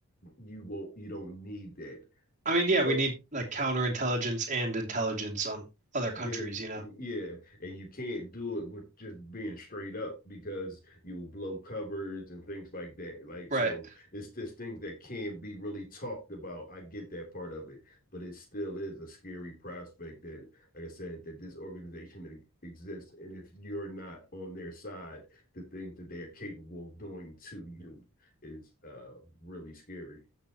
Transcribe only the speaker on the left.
you won't you don't need that.
But
Yeah,
yeah, and you can't do it with just being straight up because you will blow covers and things like that. Like,
so it's just things that can not be really talked about. I get that part of it, but it still is a scary prospect that, like I said, that this organization that exists, and if you're not on their side, the things that they are capable of doing to you is uh really scary.